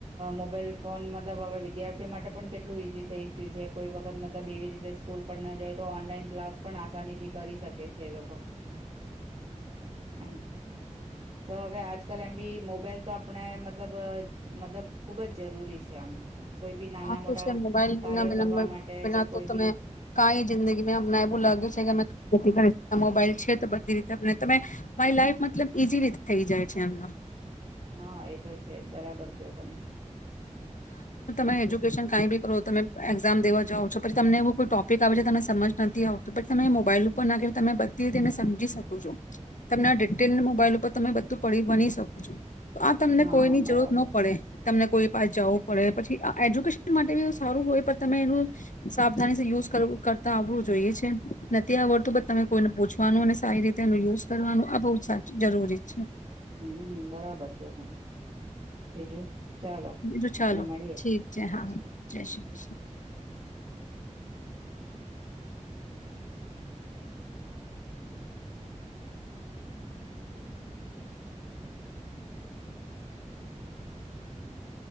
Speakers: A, on the right (about 50°); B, on the left (about 80°).
A: મોબાઈલ ફોન મતલબ હવે વિદ્યાર્થીઓ માટે પણ કેટલું ઈઝી થઈ ગયું છે. કોઈ વખત મતલબ એવી રીતે સ્કૂલ પણ ન જાય, તો ઓનલાઈન ક્લાસ પણ આસાની થી કરી શકે છે લોકો કો હમ્મ. તો હવે આજ કલે મોબાઈલ તો આપણે મતલબ મતલબ ખુબ જ જરૂરી છે આમ કોઈ બી નાના
B: હા
A: મોટા
B: તો છે મોબાઈલનાના
A: કાર્ય કરવા માટે
B: બના
A: કે કોઈ
B: તો તમે
A: બી
B: કાઈ જિંદગી મે હમણા એવું લાગ્યું છે કે અમે ખ કરી. મોબાઈલ છે તો બધી રીતે તમે માય લાઈફ મતલબ ઈઝી રીતે થઈ જાય છે એમનો
A: હા એતો છે બરાબર કયો તમે બીજું
B: મે એજ્યુકેશન કઈ બી કરો તમે એક્ઝામ દેવા જઓ. છો પછી તમને એવું કોઈ ટોપિક આવે છે તમને સમજ નથી આવત પછીમે મોબાઈલ ઉપર નાખી તમે બધી એને સમજી શકો છો તમને ડિટેલ મોબાઈલ ઉપર તમે બધું પડી બની શકો છો. આ તમને
A: હા
B: કોઈની
A: બરાબર
B: જરૂર ન પડે તમને કોઈ પા જવું પડે પછી. આ એજ્યુકેશન માટે બી સારું હોય પણ તમે એનું સાવધાની યુઝવ કરતા આવડું જોઈએ છે નથી આવડતું પણ તમે કોઈને પૂછવાનું અને સારી રીતે એનું યુઝ કરવાનું આ બહુ જરૂરી છે.
A: હમ બરાબર કયો તમે બીજું ચાલો
B: તો ચાલો
A: આપડે મળીએ
B: ઠીક છે.
A: પછી
B: હા જય શ્રી કૃષ્ણ.